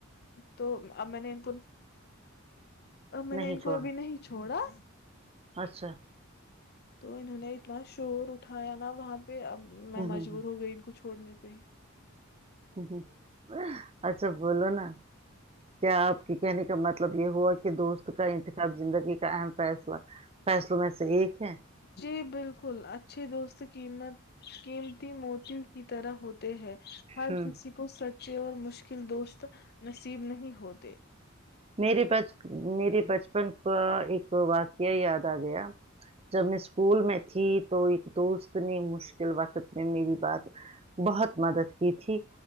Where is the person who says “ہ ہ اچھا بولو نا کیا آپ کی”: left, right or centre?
Right